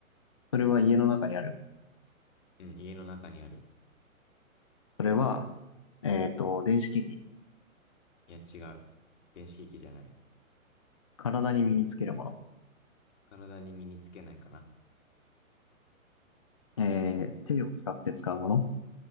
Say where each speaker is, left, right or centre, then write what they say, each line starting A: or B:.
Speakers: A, on the left (about 25°); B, on the left (about 55°).
A: それは家の中にある。
B: うん、家の中にある。
A: それは、えっと、電子機器。
B: いや、違う。電子機器じゃない。
A: 体に身につけるもの。
B: 体に身につけないかな。
A: えー、手を使って使うもの。